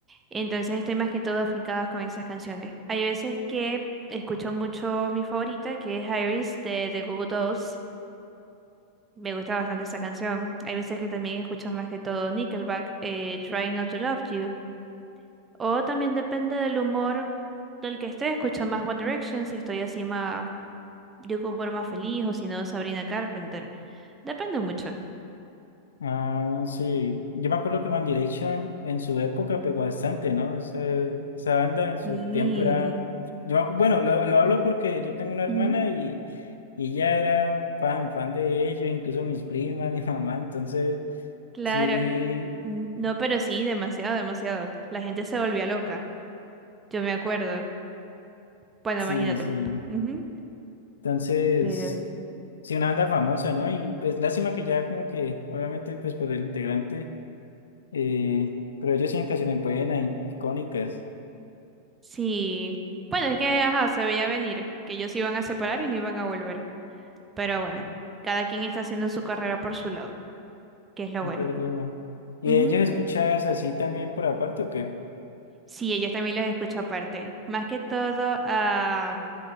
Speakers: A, on the right (about 20°); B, on the left (about 65°).
A: Entonces estoy más que todo afincada con esas canciones. Hay veces que escucho mucho mi favorita, que es Iris de The Goo Goo Dolls. Me gusta bastante esa canción. Hay veces que también escucho más que todo Nickelback, eh, Trying Not to Love You. O también depende del humor del que esté, escucho más One Direction, si estoy así más, yo como por más feliz, o si no, Sabrina Carpenter. Depende mucho.
B: Ah, sí. Yo me acuerdo que One Direction en su época pegó bastante, ¿no? Ese- esa banda en su
A: Sí.
B: tiempo era... Yo me acu- bueno, lo, lo hablo porque yo tengo una hermana
A: Ujú,
B: y, y ella era fan, fan de ellos, incluso mis primas, <laughs> mi mamá, entonces
A: Claro.
B: sí,
A: N- No, pero sí, demasiado, demasiado. La gente se volvía loca. Yo me acuerdo. Bueno,
B: sí,
A: imagínate.
B: sí.
A: Ujú,
B: Entonces,
A: Pero
B: sí, una banda famosa, ¿no? Y pues lástima que ya como que, obviamente, pues por el integrante, eh, pero ellos sí en canciones buenas, y icónicas.
A: sí. Bueno, es que, ajá, se veía venir que ellos se iban a separar y no iban a volver. Pero bueno, cada quien está haciendo su carrera por su lado, que es lo
B: Es
A: bueno.
B: verdad. ¿Y
A: Ujú.
B: de ellos escuchas así también por aparte o qué?
A: Sí, ellos también los escucho aparte. Más que todo, a...